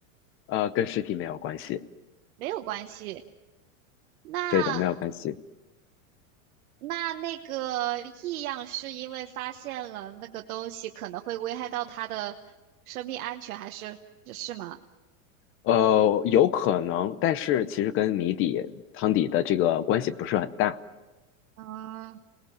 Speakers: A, on the left; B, on the right.
A: 呃，跟实体没有关系，
B: 没有关系。那
A: 对的，没有关系。
B: 那那个异样是因为发现了那个东西可能会危害到他的生命安全，还是是吗？
A: 呃，有可能，但是其实跟谜底、汤底的这个关系不是很大
B: 嗯。